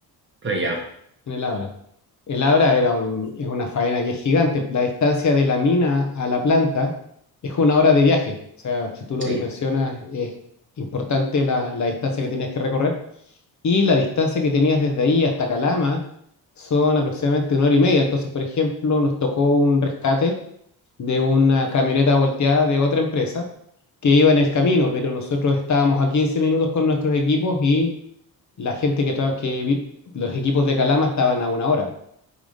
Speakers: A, on the right; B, on the left.
A: Ah, ya,
B: en el Abra. El Abra era un- es una faena que es gigante. La distancia de la mina a la planta es una hora de viaje. O sea, si tú lo
A: sí,
B: dimensionas, es importante la, la distancia que tenías que recorrer. Y la distancia que tenías desde ahí hasta Calama son aproximadamente una hora y media. Entonces, por ejemplo, nos tocó un rescate de una camioneta volteada de otra empresa que iba en el camino, pero nosotros estábamos a 15 minutos con nuestros equipos y la gente que, tra- que vi- los equipos de Calama estaban a una hora.